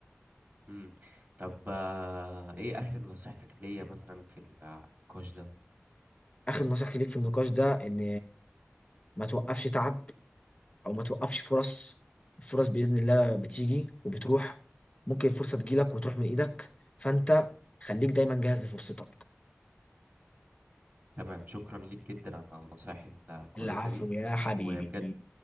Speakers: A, on the right; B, on the left.
A: امم طب آه ايه اخر نصيحتك ليا مثلا في النقاش ده
B: آخر نصيحتي ليك في النقاش ده إن ما توقفش تعب أو ما توقفش فرص الفرص بإذن الله بتيجي وبتروح ممكن الفرصة تجيلك وتروح من إيدك فأنت خليك دايما جاهز لفرصتك
A: تمام شكرا ليك جدا على النصائح الكويسة
B: العفو
A: دي
B: يا حبيبي
A: وبجد